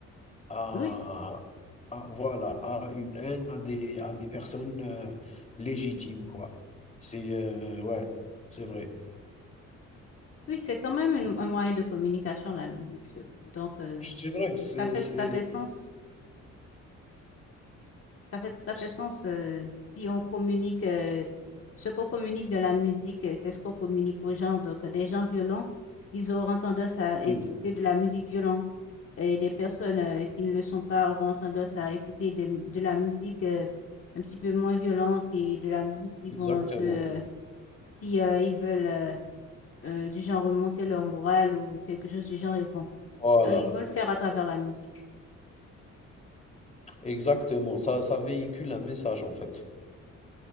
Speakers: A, on the left; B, on the left.
A: à
B: Oui,
A: à voilà, à une haine, à des à des personnes, heu, légitimes quoi. C'est, heu, ouais, c'est vrai.
B: Oui, c'est quand même une-
A: Donc
B: un moyen de communication, la musique. ça. Donc, euh,
A: c'est vrai, c'est
B: ça fait
A: c'est
B: tout à fait sens. Ça fait tout à fait
A: c
B: sens euh, si on communique, euh, ce qu'on communique de la musique, euh, c'est ce qu'on communique aux gens. Donc, euh, des gens violents, ils auront tendance à écouter
A: oui,
B: de la musique violente. Et des personnes euh, qui ne le sont pas auront tendance à écouter des- de la musique euh, un petit peu moins violente et de la musique qui
A: exactement.
B: vont un peu, euh, si euh, ils veulent euh, euh, du genre remonter leur morale ou quelque chose du genre, ils vont
A: Voilà,
B: Euh, ils veulent faire à travers la musique.
A: exactement, ça ça véhicule un message en fait.